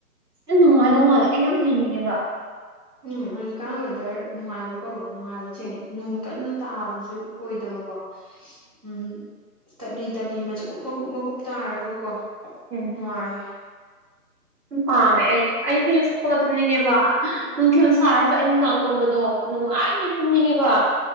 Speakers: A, on the right; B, on the right.
A: ꯌꯥꯝ ꯅꯨꯡꯉꯥꯏꯗꯧꯃꯟꯂꯦ ꯑꯩ ꯌꯥꯝ ꯂꯩꯅꯤꯡꯉꯦꯕ
B: ꯎꯝ ꯍꯧꯖꯤꯛꯀꯥꯟ ꯋꯦꯗꯔ ꯅꯨꯡꯉꯥꯏꯕ ꯀꯧꯋꯦ ꯅꯨꯡꯉꯥꯏꯕ ꯆꯤꯡꯉꯦ ꯅꯨꯡ ꯀꯟꯅ ꯇꯥꯕꯁꯨ ꯑꯣꯏꯗꯕꯀꯣ ꯎꯝ ꯇꯞꯂꯤ ꯇꯞꯂꯤ ꯃꯆꯀꯨꯞ ꯃꯀꯨꯞ ꯃꯀꯨꯞ ꯇꯥꯔꯒꯀꯣ
A: ꯎꯝ
B: ꯅꯨꯡꯉꯥꯏ
A: ꯄꯥꯝꯃꯦ ꯑꯩ ꯐꯩꯖꯨꯞ ꯁꯨꯞꯄꯒ ꯇꯨꯝꯅꯤꯡꯉꯦꯕ ꯅꯨꯡꯊꯤꯜ ꯁꯥꯔꯁꯨ ꯑꯩ ꯅꯨꯡꯗꯥꯡ ꯇꯨꯝꯕꯗꯣ ꯅꯨꯡꯉꯥꯏꯅ ꯇꯨꯝꯅꯤꯡꯉꯦꯕ